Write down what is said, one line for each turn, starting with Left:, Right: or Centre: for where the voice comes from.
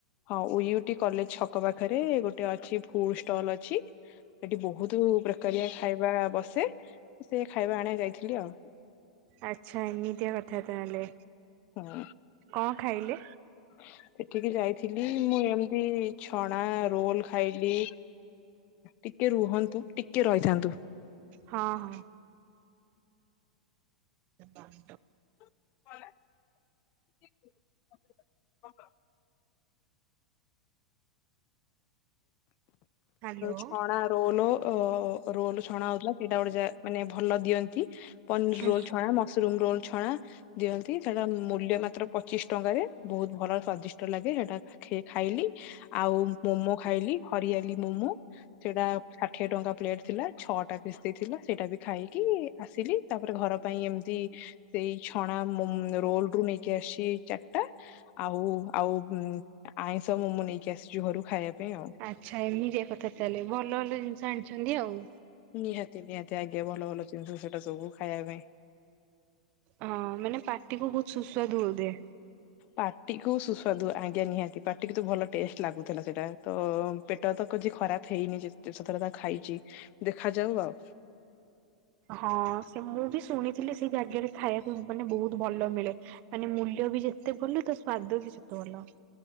Left: ହଁ ଓୟୁଟି କଲେଜ ଛକ ପାଖରେ ଗୋଟେ ଅଛି ଫୁଲ ଷ୍ଟଲ୍ ଅଛି। ସେଠି ବହୁତ ପ୍ରକାରିଆ ଖାଇବା ବସେ ସେ ଖାଇବା ଆଣିବା ଯାଇଥିଲି ଆଉ।
Right: ଆଚ୍ଛା ଏମିତିଆ କଥା ତାହେଲେ।
Left: ହଁ।
Right: କଣ ଖାଇଲେ?
Left: ସେଠିକ ଯାଇଥିଲି ମୁଁ ଏମିତି ଛଣା ରୋଲ ଖାଇଲି। ଟିକେ ରୁହନ୍ତୁ ଟିକେ ରହିଥାନ୍ତୁ।
Right: ହଁ ହଁ। !!!!!!!!!!
Left: <unintelligible>
Right: ହ୍ୟାଲୋ
Left: ଛଣା ରୋଲ ଅ ରୋଲ ଛଣା ହଉଥିଲା ସେଇଟା ଗୋଟେ ଯା ମାନେ ଭଲ ଦିଅନ୍ତି। ପନିର
Right: ହୁଁ
Left: ରୋଲ ଛଣା ମସରୁମ ରୋଲ ଛଣା। ଦିଅନ୍ତି ସେଟା ମୂଲ୍ୟ ମାତ୍ର ପଚିଶି ଟଙ୍କାରେ ବହୁତ ଭଲ ସ୍ଵାଦିଷ୍ଟ ଲାଗେ ସେଟା ଖାଇଲି। ଆଉ ମୋମୋ ଖାଇଲି ହରିଆଲି ମୋମୋ ସେଇଟା ଷାଠିଏ ଟଙ୍କା ପ୍ଲେଟ ଥିଲା ଛଅ ଟା ପିସ୍ ଦେଇଥିଲା ସେଇଟା ବି ଖାଇକି ଆସିଲି ତାପରେ ଘର ପାଇଁ ଏମିତି ସେଇ ଛଣା ରୋଲ ରୁ ନେଇ ଆ ଆସି ଚାରିଟା ଆଉ ଆଉ ଆଇଁଷ ମମୋ ନେଇକି ଆସିଛି ଘରୁ ଖାଇବା ପାଇଁ ଆଉ
Right: ଆଚ୍ଛା ଏମିତି କଥା ତାହେଲେ ଭଲ ଭଲ ଜିନିଷ ଆଣିଛନ୍ତି ଆଉ
Left: ନିହାତି ନିହାତି ଆଜ୍ଞା ଭଲ ଭଲ ଜିନିଷ ସେଟା ସବୁ ଖାଇବା ପାଇଁ
Right: ହଁ ମାନେ ପାଟିକୁ ବହୁତ ସୁସ୍ୱାଦୁ ର ଦିଏ
Left: ପାଟିକୁୁ ସୁସ୍ୱାଦୁ ଆଜ୍ଞା ନିହାତି ପାଟିକୁ ତ ଭଲ ଟେଷ୍ଟ ଲାଗୁଥିଲା ସେଇଟା ତ ପେଟ ତ କିଛି ଖରାପ ହେଇନି ଯେ ସେଥରେ ତା ଖାଇଛି ଦେଖାଯାଉ ଆଉ
Right: ହଁ ସେ ମୁଁ ବି ଶୁଣିଥିଲି ସେଇ ଜାଗାରେ ଖାଇବାକୁ ମାନେ ବହୁତ ଭଲ ମିଳେ ମାନେ ମୂଲ୍ୟ ବି ଯେତେ ଭଲ ତ ସ୍ଵାଦ ବି ସେତେ ଭଲ